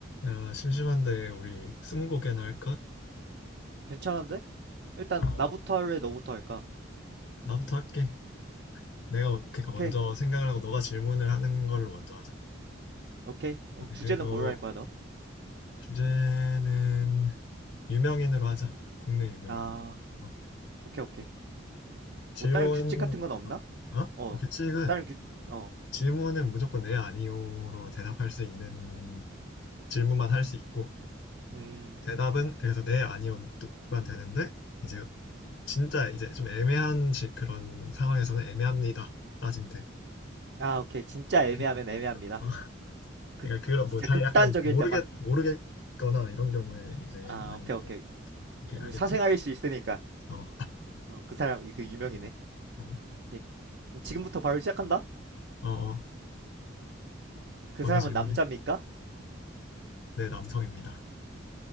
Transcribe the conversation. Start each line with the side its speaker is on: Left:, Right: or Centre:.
Left: 야, 심심한데 우리 스무고개나 할까?
Right: 괜찮은데? 일단
Left: 어,
Right: 나부터 할래, 너부터 할까?
Left: 나부터 할게. 내가 그러니까
Right: 오케이.
Left: 먼저 생각을 하고 너가 질문을 하는 걸로 먼저 하자.
Right: 오케이. 그럼
Left: 오케이,
Right: 주제는
Left: 그리고
Right: 뭘로 할 거야, 너?
Left: 주제는 유명인으로 하자. 국내 유명인.
Right: 아,
Left: 어,
Right: 오케이, 오케이.
Left: 질문,
Right: 뭐 다른 규칙 같은 건 없나?
Left: 어? 어,
Right: 어,
Left: 어, 규칙은
Right: 다른 규, 어,
Left: 질문은 무조건 네, 아니요로 대답할 수 있는 질문만 할 수 있고
Right: 음,
Left: 대답은 그래서 네, 아니요만 되는데 이제 진짜 이제 좀 애매한 질- 그런 상황에서는 애매합니다. 따진대.
Right: 아, 오케이. 진짜
Left: 오케이?
Right: 애매하면 애매합니다.
Left: 어?
Right: 극,
Left: 그러니까 그런
Right: 진짜
Left: 뭐 잘
Right: 극단적일
Left: 약간 모르겠
Right: 때만.
Left: 모르겠거나 이런 경우에 이제
Right: 아,
Left: 아니면은
Right: 오케이, 오케이.
Left: 이렇게
Right: 음,
Left: 알겠지?
Right: 사생활일 수 있으니까.
Left: 어.
Right: 어, 그 사람, 이그 유명이네.
Left: 어. 어.
Right: 오케이. 그럼 지금부터 바로 시작한다?
Left: 어. 어.
Right: 그
Left: 먼저
Right: 사람은
Left: 질문해.
Right: 남자입니까?
Left: 네, 남성입니다.